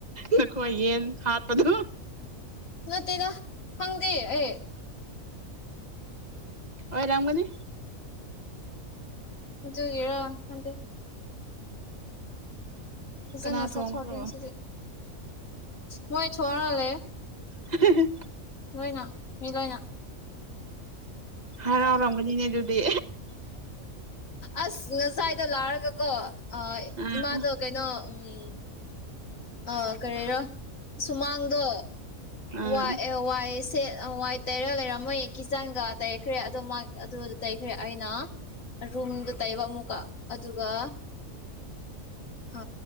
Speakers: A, on the right; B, on the left.
A: ꯅꯈꯣꯏ ꯌꯦꯟ ꯍꯥꯠꯄꯗꯣ
B: ꯅꯠꯇꯦꯗ ꯍꯪꯗꯦ ꯑꯦ
A: ꯑꯣꯔꯝꯒꯅꯤ
B: ꯑꯗꯨꯒꯤꯔ ꯈꯟꯗꯦ ꯐꯖꯅꯥ
A: ꯀꯅꯥ ꯊꯣꯡꯕ꯭ꯔꯣ
B: ꯆꯥꯊꯣꯛꯀꯦ ꯉꯁꯤꯗꯤ ꯃꯣꯏ ꯊꯔꯂꯦ
A: ꯎ <unintelligible>
B: ꯂꯣꯏꯅ ꯃꯤ ꯂꯣꯏꯅ
A: ꯍꯔꯥꯎꯔꯝꯒꯅꯦ ꯑꯗꯨꯗꯤ
B: ꯑꯁ ꯉꯁꯥꯏꯗ ꯂꯥꯛꯔꯒꯀꯣ
A: ꯑꯥ
B: ꯏꯃꯥꯗꯣ ꯀꯩꯅꯣ ꯎꯝ ꯑ ꯀꯔꯤꯔꯣ ꯁꯨꯃꯥꯡꯗꯣ
A: ꯑꯥ
B: ꯋꯥꯏ ꯋꯥꯏ ꯁꯦꯠ ꯋꯥꯏ ꯇꯔ ꯂꯩꯔꯝꯃꯣꯏ ꯀꯤꯆꯥꯡꯒ ꯇꯩꯈ꯭ꯔꯦ ꯑꯗꯣ ꯃꯥ ꯑꯗꯨꯗ ꯇꯩꯈ꯭ꯔꯦ ꯑꯩꯅ ꯔꯨꯝꯗꯣ ꯇꯩꯕ ꯑꯃꯨꯛꯀ ꯑꯗꯨꯒ ꯑ